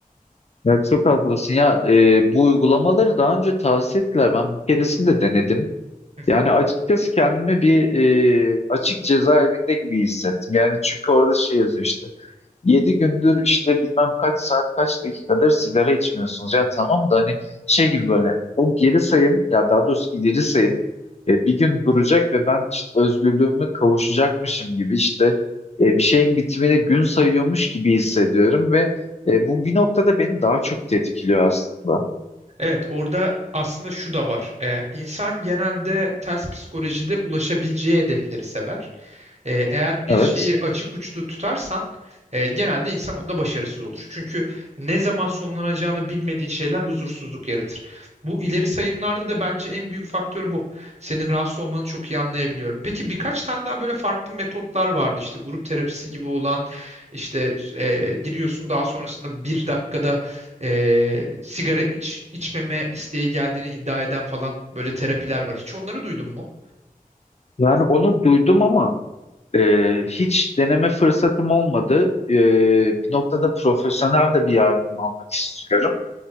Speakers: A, on the left; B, on the right.
A: Evet, çok haklısın ya e, bu uygulamaları daha önce tavsiye ettiler ben bir keresinde denedim.
B: <laughs>
A: Yani açıkçası kendimi bir e, açık cezaevinde gibi hissettim. Yani çünkü orada şey yazıyor işte. 7 gündür işte bilmem kaç saat kaç dakikadır sigara içmiyorsunuz. Ya tamam da hani şey gibi böyle o geri sayım ya daha doğrusu ileri sayım e, bir gün duracak ve ben işte özgürlüğüme kavuşacakmışım gibi işte e, bir şeyin bitimine gün sayıyormuş gibi hissediyorum ve e, bu bir noktada beni daha çok tetkiliyor aslında.
B: Evet, orada aslında şu da var. Ee, insan genelde ters psikolojide ulaşabileceği hedefleri sever. Ee, eğer bir
A: Evet.
B: şeyi açık uçlu tutarsan e, genelde insan onda başarısız olur. Çünkü ne zaman sonlanacağını bilmediğin şeyler huzursuzluk yaratır. Bu ileri sayımlarda da bence en büyük faktör bu. Senin rahatsız olmanı çok iyi anlayabiliyorum. Peki birkaç tane daha böyle farklı metotlar vardı. İşte grup terapisi gibi olan işte e, giriyorsun daha sonrasında bir dakikada e, sigara iç, içmeme isteği geldiğini iddia eden falan böyle terapiler var. Hiç onları duydun mu?
A: Yani onu duydum ama e, hiç deneme fırsatım olmadı. E, bir noktada profesyonel de bir yardım almak istiyorum.